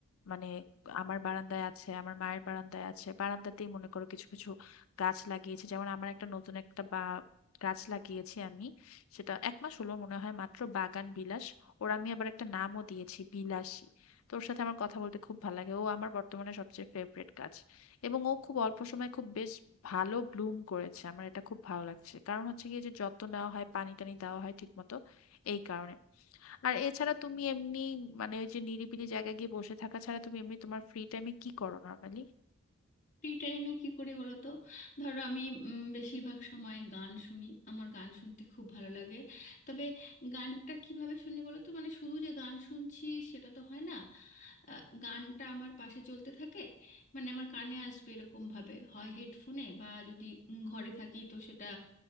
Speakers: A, on the left; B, on the left.
A: মানে আমার বারান্দায় আছে আমার মায়ের বারান্দায় আছে বারান্দাতেই মনে করো কিছু কিছু গাছ লাগিয়েছি যেমন আমার একটা নতুন একটা বা গাছ লাগিয়েছি আমি সেটা এক মাস হলো মনে হয় মাত্র বাগান বিলাস ওর আমি আবার একটা নামও দিয়েছি বিলাসী তো ওর সাথে আমার কথা বলতে খুব ভালো লাগে ও আমার বর্তমানে সবচেয়ে ফেভারিট গাছ এবং ও খুব অল্প সময়ে খুব বেশ ভালো ব্লুম করেছে আমার এটা খুব ভালো লাগছে কারণ হচ্ছে গিয়ে যে যত্ন নেওয়া হয় পানি টানি দেওয়া হয় ঠিক মতো এই কারণে আর এছাড়া তুমি এমনি মানে ওই যে নিরিবিলি জায়গায় গিয়ে বসে থাকা ছাড়া তুমি এমনি তোমার ফ্রি টাইমে কি করো নর্মালি
B: ফ্রি টাইমে কি করি বলো তো ধরো আমি উম, বেশিরভাগ সময় গান শুনি আমার গান শুনতে খুব ভালো লাগে তবে গানটা কিভাবে শুনি বলো তো মানে শুধু যে গান শুনছি সেটা তো হয় না আহ, গানটা আমার পাশে চলতে থাকে মানে আমার কানে আসবে এরকম ভাবে হয় হেডফোনে বা যদি উম, ঘরে থাকি তো সেটা